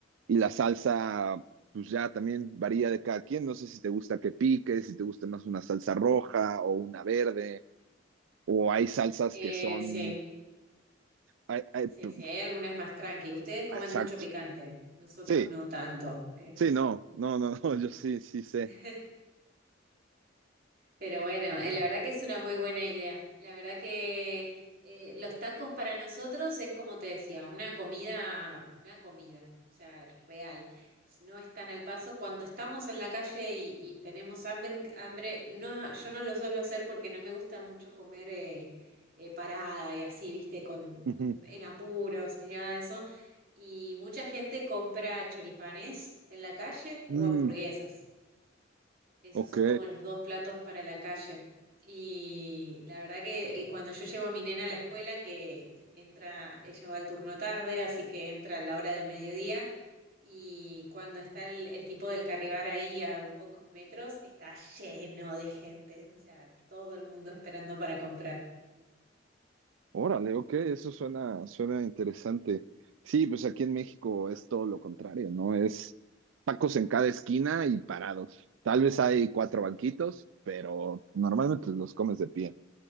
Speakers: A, on the right; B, on the right.
A: Y la salsa, pues ya también varía de cada quien. No sé si te gusta que pique, si te gusta más una salsa roja o una verde, o hay salsas
B: Eh,
A: que son...
B: sí,
A: ay, ay,
B: sí,
A: p-
B: sí, hay algunas más tranqui. Ustedes comen
A: exacto.
B: mucho picante, nosotros
A: Sí,
B: no tanto. eh.
A: sí, no, no, no, <laughs> no, yo sí, sí sé.
B: <laughs> Pero bueno, eh, la verdad que es una muy buena idea. La verdad que eh, los tacos para nosotros es como te decía, una comida, una comida, o sea, real. S- No es tan al paso. Cuando estamos en la calle y, y tenemos hambre, hambre, no, yo no lo suelo hacer porque no me gusta mucho comer eh, eh, parada y así, viste, con,
A: Ujú.
B: con, en apuros ni nada de eso. Y mucha gente compra choripanes en la calle o
A: Mm,
B: hamburguesas. Esos
A: ok,
B: son como los dos platos para la calle. Y la verdad que eh, cuando yo llevo a mi nena a la escuela, que entra, ella va al turno tarde, así que entra a la hora del mediodía, y cuando está el, el tipo del Carribar ahí a pocos metros, está lleno de gente, o sea, todo el mundo esperando para comprar.
A: órale, ok, eso suena, suena interesante. Sí, pues aquí en México es todo lo contrario, ¿no? Es tacos en cada esquina y parados. Tal vez hay cuatro banquitos, pero normalmente los comes de pie.